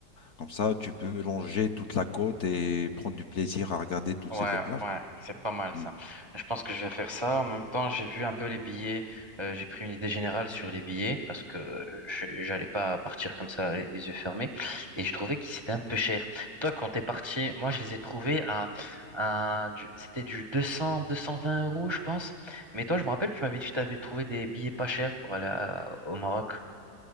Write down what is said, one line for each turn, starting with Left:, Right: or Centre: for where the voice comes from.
Left: comme ça tu peux longer toute la côte et prendre du plaisir à regarder toutes
Right: Ouais,
Left: ces belles plages,
Right: ouais,
Left: quoi.
Right: c'est pas mal ça.
Left: Mm.
Right: Je pense que je vais faire ça. En même temps, j'ai vu un peu les billets. euh, j'ai pris une idée générale sur les billets parce que euh, je- j'allais pas partir comme ça les les yeux fermés. Et je trouvais qu'ils étaient un peu chers. Toi, quand t'es parti, moi, je les ai trouvés à, à du- c'était du deux cents, deux cent vingt euros, je pense. Mais toi, je me rappelle que tu m'avais dit que tu avais trouvé des billets pas chers pour aller à- au Maroc.